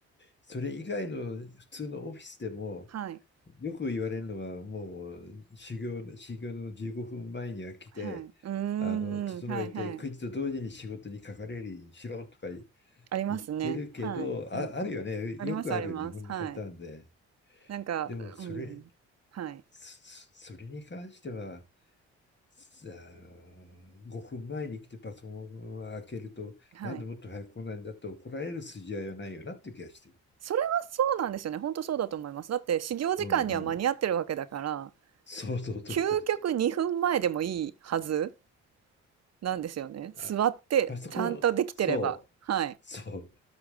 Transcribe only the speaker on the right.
はい。
はい。うーんうん、
はいはい。
ありますね。
はい。
うん。
ありますあります。
はい。なんか、
うん。はい。
はい。
それはそうなんですよね。本当そうだと思います。だって始業時間には間に合ってるわけだから、
究極2分前でもいいはずなんですよね。
座ってちゃんとできてれば。
はい。